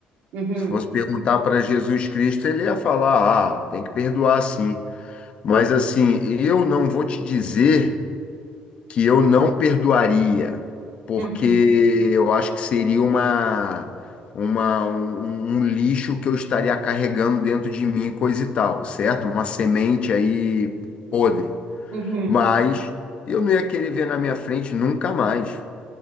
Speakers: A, on the right (about 90°); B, on the left (about 40°).
A: uhum,
B: Se fosse perguntar para Jesus Cristo, ele ia falar, ah, tem que perdoar sim. Mas assim, eu não vou te dizer que eu não perdoaria, porque
A: uhum,
B: eu acho que seria uma, uma um, um lixo que eu estaria carregando dentro de mim, coisa e tal, certo? Uma semente aí podre.
A: uhum.
B: Mas eu não ia querer ver na minha frente nunca mais,